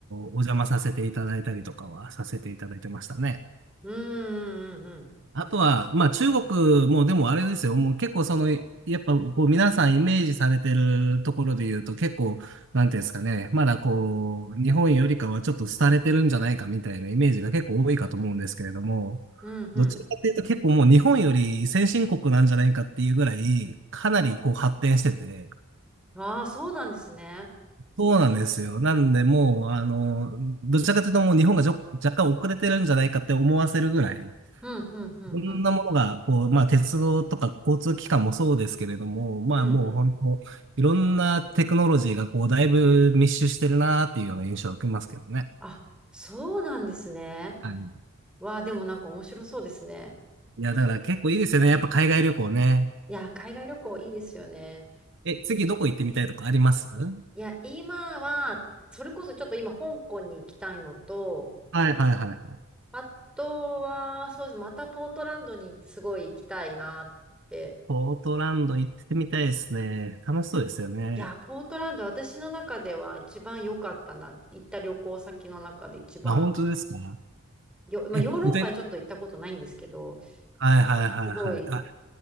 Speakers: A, on the right; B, in the centre.
A: ーお邪魔させていただいたりとかはさせていただいてましたね。
B: うーん、うんうん、
A: あとは、まあ中国もでもあれですよ。もう結構その、やっぱこう皆さんイメージされてるところで言うと結構、なんていうんですかね。まだこう、日本よりかはちょっと廃れてるんじゃないかみたいなイメージが結構多いかと思うんですけれども、
B: うんうん。
A: どちらかというと結構もう日本より先進国なんじゃないかっていうぐらい、かなりこう発展してて、
B: ああ、そうなんですね。
A: そうなんですよ。なんでもう、あの、どちらかというともう日本がじょ若干遅れてるんじゃないかって思わせるぐらい、
B: うんうんうんうん、
A: いろんなものが、こう、まあ、鉄道とか交通機関もそうですけれども、まあ、
B: うんうん。
A: もう本当、いろんなテクノロジーが、こう、だいぶ密集してるなーっていうような印象を受けますけどね。
B: あ、そうなんですね。
A: はい。
B: わあ、でもなんか面白そうですね。
A: いや、だから結構いいですよね。やっぱ海外旅行ね。
B: いや、海外旅行いいですよね。
A: え、次どこ行ってみたいとかありますは
B: いや、今は、それこそちょっと今香港に行きたいのと、
A: いはいはいはい。
B: あとは、そうです。またポートランドにすごい行きたいなって。
A: ポートランド行ってみたいですね。楽しそうですよね。
B: いや、ポートランド、私の中では一番良かったな。行った旅行先の中で一番
A: あ、本当ですか
B: よ、まあ、
A: え、
B: ヨーロッパにちょっと行ったことないんですけど、
A: 具体、はいはいはいはい。
B: すごい
A: あ、